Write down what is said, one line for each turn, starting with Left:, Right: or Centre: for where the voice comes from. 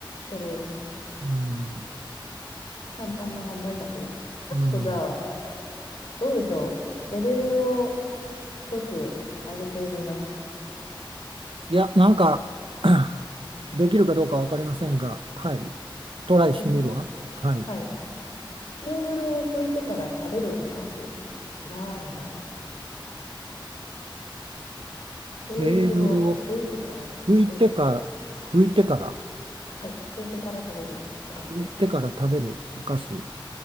Left: てる。
Right: うん
Left: 簡単な問題たちです。ちょっとじゃあ、
Right: うん。
Left: どうでしょう。レベルを一つ上げてみます。
Right: いや、なんか <clears throat> できるかどうかわかりませんが、はい。トライしてみるわ。
Left: ぜひ。
Right: はい。
Left: はい。テーブルを拭いてから食べるお菓子。なんだ。テーブルを拭いてから食べる。
Right: テーブルを拭いてから、拭いてから、
Left: はい。拭いてから食べるお菓子です。
Right: 拭いてから食べるお菓子。